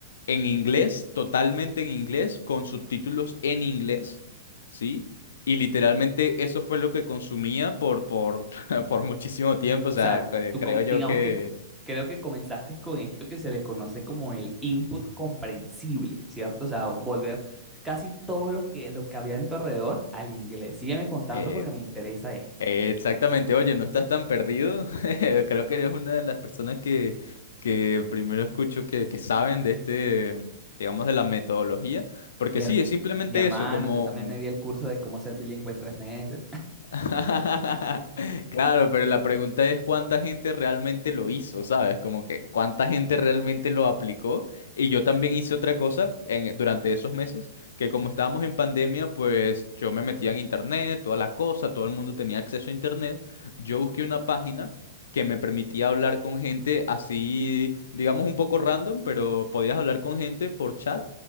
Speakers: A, on the left (about 80°); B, in the centre.
A: en inglés, totalmente en inglés, con subtítulos en inglés, ¿sí? Y literalmente eso fue lo que consumía por, por, <laughs> por muchísimo tiempo. O
B: O
A: sea,
B: sea,
A: cre-
B: tú
A: creo
B: com-
A: yo
B: digamos
A: que...
B: que c- creo que comenzaste con esto que se le conoce como el input comprensible, ¿cierto? O sea, volver casi todo lo que, lo que había en tu alrededor al inglés. Sígueme contando
A: eh,
B: porque me interesa esto.
A: eh, exactamente, oye, no estás tan perdido. <laughs> Creo que eres una de las personas que, que primero escucho que, que saben de este, digamos, de la metodología. Porque
B: Mi,
A: sí,
B: her-
A: es simplemente
B: mi hermano,
A: eso, como...
B: yo también me vi el curso de cómo ser bilingüe en tres meses.
A: <laughs> Claro, pero la pregunta es cuánta gente realmente lo hizo, ¿sabes? Como que cuánta gente realmente lo aplicó. Y yo también hice otra cosa en- durante esos meses, que como estábamos en pandemia, pues yo me metía en internet, toda la cosa, todo el mundo tenía acceso a internet. Yo busqué una página que me permitía hablar con gente así, digamos un poco random, pero podías hablar con gente por chat